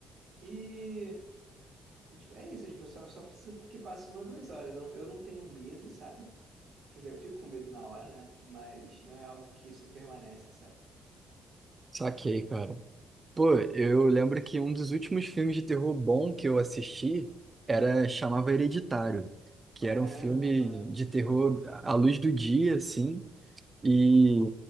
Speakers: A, on the right; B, on the right.
A: E, tipo, é isso, tipo, só, só preciso que passe uma, duas horas. Eu, eu não tenho medo, sabe? Quer dizer, eu fico com medo na hora, né? Mas não é algo que se permanece, sabe?
B: Saquei, cara. Pô, eu lembro que um dos últimos filmes de terror bom que eu assisti era chamava Hereditário, que
A: Caramba,
B: era um filme de
A: muito
B: terror
A: bom.
B: à luz do dia, assim, e,